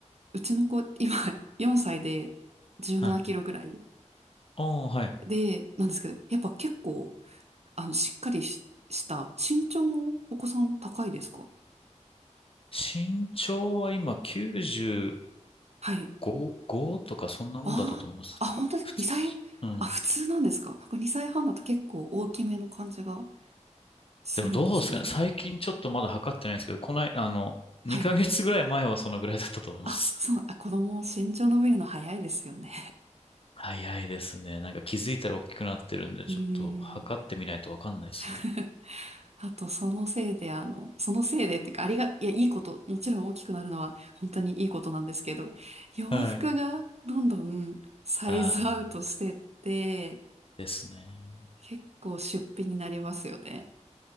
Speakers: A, on the right; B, on the left.
A: うちの子、今4歳で17キロぐらい
B: はい。おー、はい。
A: で、なんですけど、やっぱ結構、あの、しっかりし、した身長もお子さん高いですか
B: 身長は今95、
A: はい。
B: 5とかそんなもんだったと思いますけど。
A: ああ、あ、本当に2歳、
B: 普通。うん。
A: あ、普通なんですかなんか2歳半だと結構大きめの感じが。するんですけど。
B: でもどうですかね。最近ちょっとまだ測ってないんですけど、こない、あの、2ヶ月ぐらい前はそのぐらいだったと思います。
A: はい。あ、そう、あ、子供、身長伸びるの早いですよね。
B: <laughs> 早いですね。なんか気づいたら大きくなってるんで、
A: <laughs>
B: ちょっと測ってみないとわかんないですね。
A: うーん。<laughs> あと、そのせいで、あの、そのせいでっていうか、ありが、いや、いいこと、もちろん大きくなるのは本当にいいことなんですけど、洋服がどんどんサイズアウトしてって、
B: はい。あー、ですね。
A: 結構出費になりますよね。